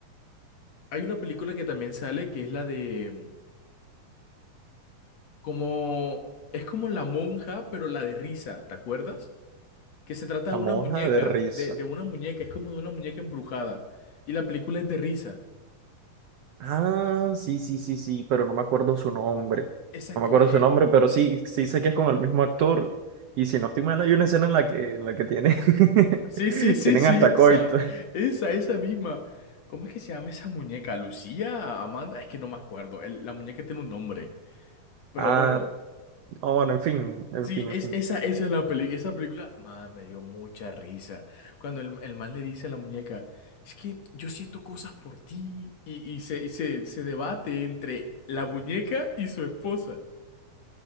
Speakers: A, on the left; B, on the right.
A: Hay una película que también sale que es la de mm, como es como La Monja, pero la de risa, ¿te acuerdas? Que se trata de
B: La
A: una
B: monja
A: muñeca,
B: de risa.
A: de, de una muñeca, es como de una muñeca embrujada. Y la película es de risa.
B: Ah, sí, sí, sí, sí, pero no me acuerdo su nombre.
A: Exacto,
B: No me acuerdo
A: eh,
B: su nombre, pero sí, sí sé que es con el mismo actor. Y si no estoy mal, hay una escena en la que, en la que tiene, <laughs>
A: sí, sí, sí,
B: tienen
A: sí,
B: hasta coito.
A: esa, esa, esa misma. ¿Cómo es que se llama esa muñeca? ¿Lucía? ¿Amanda? Es que no me acuerdo. el- la muñeca tiene un nombre. Pero
B: Ah,
A: bueno,
B: no, bueno, en fin, en
A: Sí,
B: fin,
A: es,
B: en fin.
A: esa, esa es la película. Esa película, man, me dio mucha risa. Cuando el, el man le dice a la muñeca, es que yo siento cosas por ti. Y, y se, y se, se debate entre la muñeca y su esposa.